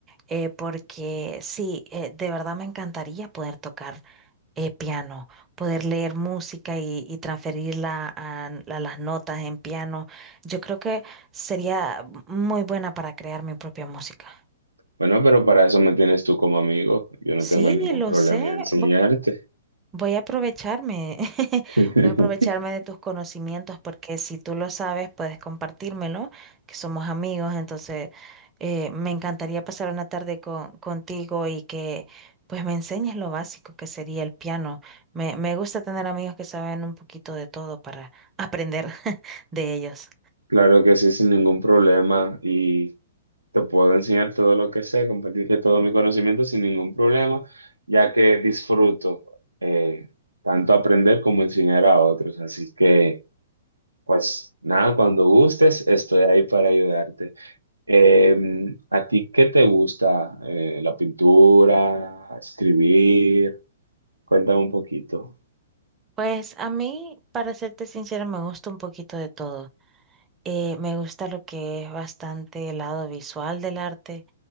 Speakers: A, on the right; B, on the right.
A: eh, porque sí, eh, de verdad me encantaría poder tocar eh, piano, poder leer música y, y transferirla a, a las notas en piano. Yo creo que sería muy buena para crear mi propia música.
B: Bueno, pero para eso me tienes tú como amigo. Yo no
A: Sí,
B: tengo ningún
A: lo
B: problema
A: sé.
B: en enseñarte.
A: Voy a aprovecharme, <laughs>
B: <laughs>
A: voy a aprovecharme de tus conocimientos porque si tú lo sabes, puedes compartírmelo, que somos amigos, entonces eh, me encantaría pasar una tarde con- contigo y que pues me enseñes lo básico que sería el piano. Me, me gusta tener amigos que saben un poquito de todo para aprender <laughs> de ellos.
B: Claro que sí, sin ningún problema. Y te puedo enseñar todo lo que sé, compartirte todo mi conocimiento sin ningún problema, ya que disfruto eh, tanto aprender como enseñar a otros. Así que... Pues nada, cuando gustes, estoy ahí para ayudarte. Eh, ¿a ti qué te gusta? Eh, ¿la pintura? ¿Escribir? Cuéntame un poquito.
A: Pues a mí, para serte sincera, me gusta un poquito de todo. Eh, me gusta lo que es bastante el lado visual del arte.